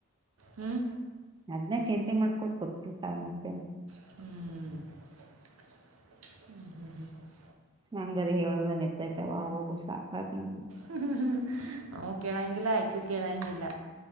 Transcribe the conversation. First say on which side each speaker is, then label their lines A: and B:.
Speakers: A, on the right; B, on the right.
A: ಹ್ಮ್
B: ಅದ್ನಚಿಂತೆ ಮಾಡ್ಕೊಂಡು ಮತ್ತೆ
A: ಹ್ಮ್ ಹ್ಮ್ ಹ್ಮ್ ಹ್ಮ್ <unintelligible>
B: ನಂಗದ ಹೇಳೋದನ್ ಎತ್ತೈತವ ಹೋಗು ಸಾಕತ್ ನಂಗಗೆ
A: ಹ್ಮ ಹ್ಮ ಅವನು ಕೇಳಂಗಿಲ್ಲ ಅಕ್ಕಿನು ಕೇಳಂಗಿಲ್ಲ